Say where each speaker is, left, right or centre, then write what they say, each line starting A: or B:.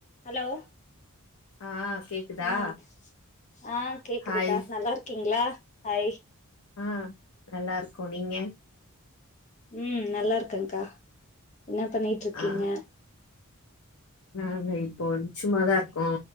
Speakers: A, on the left; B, on the left.
A: ஹலோ
B: ஆ கேக்குதா
A: ம் ஆ கேக்குதுக்கா
B: ஹாய்
A: நல்லா இருக்கீங்ளா ஹாய்
B: ஆ நல்லாருக்கோ நீங்க
A: ம் நல்லா இருக்கங்க்கா என்ன பண்ணிட்ருக்கீங்க
B: ஆ நாங்க இப்போ வந்து சும்மாதா இருக்கோ